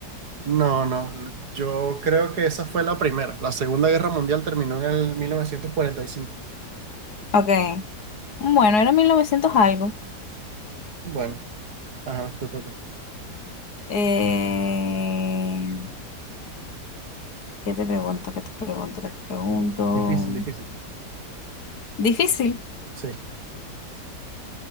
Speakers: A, on the right; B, on the left.
A: No, no, yo creo que esa fue la primera. La Segunda Guerra Mundial terminó en el mil novecientos cuarenta y cinco
B: Ok. Bueno, era 1900 algo.
A: Bueno, ajá, te toca.
B: Eh, ¿Qué te pregunto? ¿Qué te pregunto? ¿Qué te pregunto?
A: Difícil, difícil.
B: Difícil.
A: Sí,